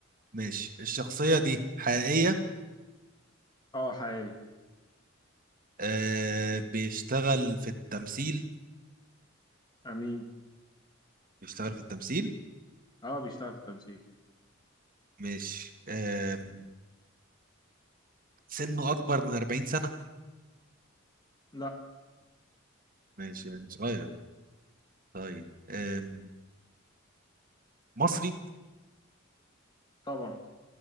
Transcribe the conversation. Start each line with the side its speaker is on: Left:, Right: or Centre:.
Right: ماشي الشخصيه دي حقيقيه
Left: أه حقيقي
Right: آه بيشتغل في التمثيل
Left: أمين
Right: بيشتغل في التمثيل
Left: أه بيشتغل في التمثيل
Right: ماشي آم، سنه اكبر من 40 سنه
Left: لا
Right: ماشي يعني صغير طيب آم، مصري
Left: طبعا